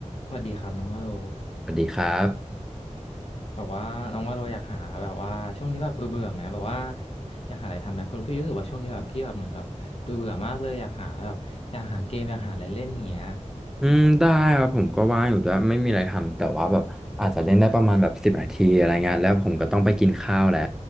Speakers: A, on the left; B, in the centre.
A: สวัสดีครับน้องว่าโล
B: สวัสดีครับ
A: แบบว่าน้องว่าโลอยากหาแบบว่าช่วงนี้แบบเบื่อเบื่อไหมแบบว่าอยากหาอะไรทำไหมเพราะพี่รู้สึกว่าช่วงนี้แบบพี่แบบเหมือนแบบเบื่อเบื่อมากเลยอยากหาแบบอยากหาเกมอยากหาอะไรเล่นอย่างเงี้ย
B: อืมได้ครับผมก็ว่างอยู่ด้วยไม่มีอะไรทำแต่ว่าแบบอาจจะเล่นได้ประมาณแบบสิบนาทีอะไรเงี้ยแล้วผมก็ต้องไปกินข้าวแล้ว